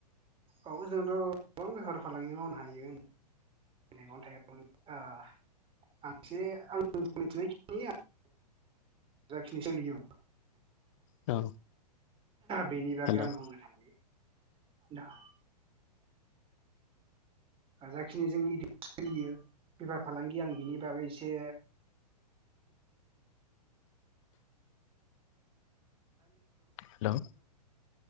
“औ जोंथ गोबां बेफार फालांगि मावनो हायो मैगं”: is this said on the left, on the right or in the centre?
Right